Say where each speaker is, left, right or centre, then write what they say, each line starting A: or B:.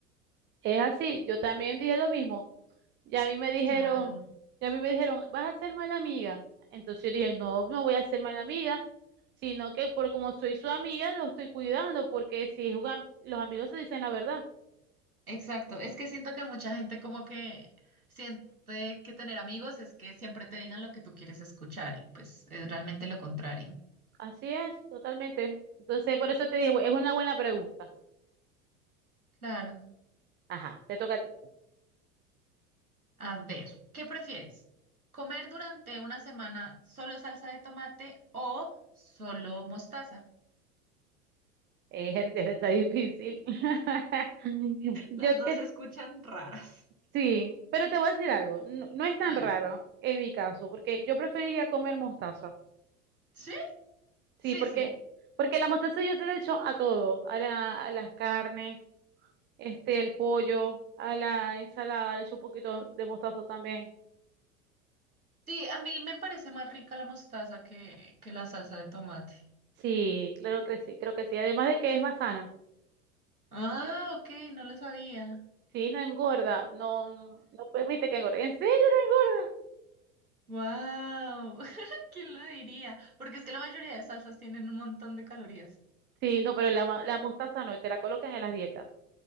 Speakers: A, on the right; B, on the right.
A: Es así, yo también dije lo mismo. Y a mí me dijeron,
B: Claro,
A: y a mí me dijeron, vas a ser mala amiga. Entonces yo dije, no, no voy a ser mala amiga, sino que por como soy su amiga, lo estoy cuidando, porque si juegan, los amigos se dicen la verdad.
B: exacto. Es que siento que mucha gente como que siente que tener amigos es que siempre te digan lo que tú quieres escuchar y pues es realmente lo contrario.
A: Así es, totalmente. Entonces, por eso te dije, es una buena pregunta.
B: Claro.
A: Ajá, te toca a ti.
B: A ver, ¿qué prefieres? ¿Comer durante una semana solo salsa de tomate o solo mostaza?
A: Eh, <laughs> está difícil. <laughs> Yo
B: Las dos
A: que
B: se escuchan raras.
A: sí, pero te voy a decir algo, no, no es tan
B: A
A: raro
B: ver,
A: en mi caso, porque yo preferiría comer mostaza.
B: ¿sí?
A: Sí,
B: Sí,
A: porque,
B: sí.
A: porque la mostaza yo se la echo a todo, a, la- a las carnes, este, el pollo, a la ensalada, le echo un poquito de mostaza también.
B: Sí, a mí me parece más rica la mostaza que, que la salsa de tomate.
A: Sí, claro que sí, creo que sí. Además de que es más sana.
B: Ah, ok, no lo sabía.
A: Sí, no engorda, no, no permite que engorde. ¿En serio no engorda?
B: Wow, <laughs> ¿quién lo diría? Porque es que la mayoría de salsas tienen un montón de calorías.
A: Sí, no, pero la, ma- la mostaza no, y te la colocan en las dietas.